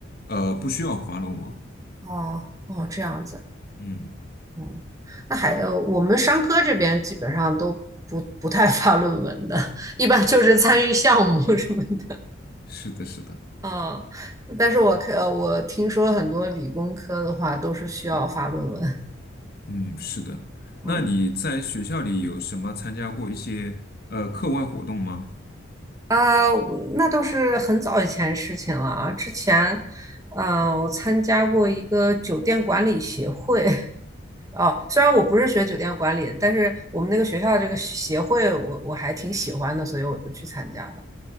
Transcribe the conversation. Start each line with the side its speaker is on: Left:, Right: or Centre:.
Left: 呃，不需要发论文。
Right: 哦哦，这样子。
Left: 嗯，
Right: 嗯，那还呃，我们商科这边基本上都不不太发论文的，一般就是参与项目什么的。
Left: 是的，是的，
Right: 啊。但是我看我听说很多理工科的话都是需要发论文。
Left: 嗯，是的。
Right: 嗯
Left: 那你在学校里有什么参加过一些呃课外活动吗？
Right: 啊，我那都是很早以前事情了啊。之前，嗯、我参加过一个酒店管理协会。<laughs> 哦，虽然我不是学酒店管理的但是我们那个学校这个协会我我还挺喜欢的，所以我就去参加了。